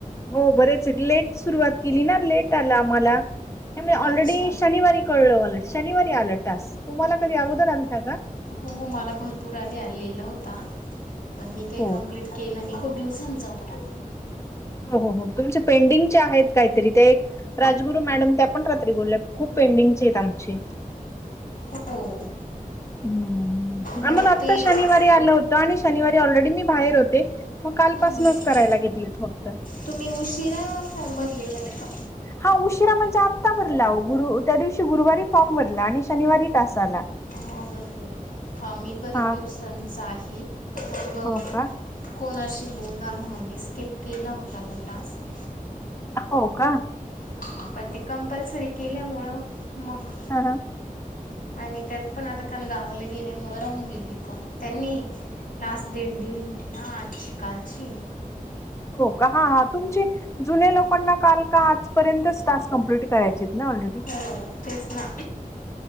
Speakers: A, on the left (about 20°); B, on the left (about 70°).
A: हो बरेच लेट सुरुवात केली ना लेट आला आम्हाला नाय मी ऑलरेडी
B: अच्छा
A: शनिवारी कळलं मला शनिवारी आलं टास्क. तुम्हाला कधी अगोदर आलता का?
B: हो हो मला भरपूर आधी आलेला होता पण मी काय
A: हो.
B: कंप्लीट केलं नाय खूप दिवसांचा होता तो
A: हो हो हो तुमचे पेंडिंगचे आहेत कायतरी ते एक राजगुरू मॅडम त्या पण रात्री बोलल्या खूप पेंडिंगचेयेत आमचे.
B: हो
A: हम्म हम्म हम्म
B: मग
A: आम्हाला आता
B: ते
A: शनिवारी
B: हम्म
A: आलं होता आणि शनिवारी ऑलरेडी मी बाहेर होते. म कालपासनाच
B: हम्म हम्म
A: करायला घेतलेत फक्त
B: तुम्ही उशिरा फॉर्म भरलेला आहे का?
A: हा उशिरा म्हणजे आत्ता भरला आहो गुरु त्या दिवशी गुरुवारी फॉर्म भरला आणि शनिवारी टास आला.
B: हा बरोबरये मग आम्ही बऱ्याच
A: हा
B: दिवसांचा आहे पण मग
A: हो का?
B: कोणाशी बोलणार म्हणून मी स्किप केला होता तो टास्क.
A: हो का?
B: हा पण ते कंपल्सरी केल्यामुळं मग
A: हा हा
B: आणि त्यात पण आता काल गावाला गेल्यामुळं राहून गेले कॉल त्यांनी लास्ट डेट दिली होती ना आजची कालची
A: हो का हा हा तुमची जुन्या लोकांना काल का आजपर्यंत टास्क कंप्लीट करायचेत ना ऑलरेडी.
B: हो हो तेच ना